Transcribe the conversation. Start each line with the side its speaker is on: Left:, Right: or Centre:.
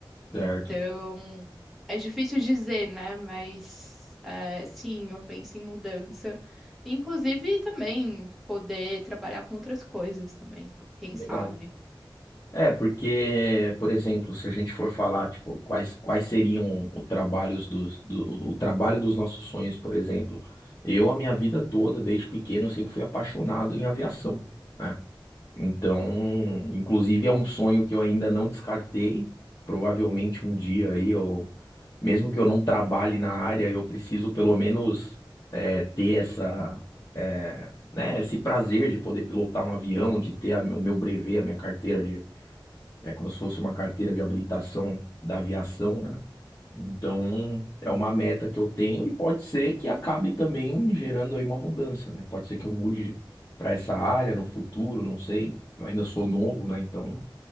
Centre: Então,
Left: certo.
Centre: é difícil dizer, né? Mas é, sim, eu penso em mudança. Inclusive também poder trabalhar com outras coisas também, quem
Left: Legal.
Centre: sabe.
Left: É, porque, por exemplo, se a gente for falar, tipo, quais, quais seriam os trabalhos dos, do, o o trabalho dos nossos sonhos, por exemplo, eu, a minha vida toda, desde pequeno, eu sempre fui apaixonado em aviação, né? Então, inclusive, é um sonho que eu ainda não descartei. Provavelmente um dia aí, eu, mesmo que eu não trabalhe na área, eu preciso pelo menos é, ter essa, é, né, esse prazer de poder pilotar um avião, de ter a- o meu brevet, a minha carteira é como se fosse uma carteira de habilitação da aviação, né? Então, é uma meta que eu tenho e pode ser que acabe também gerando aí uma mudança, né? Pode ser que eu mude para essa área no futuro, não sei. Eu ainda sou novo, né? Então,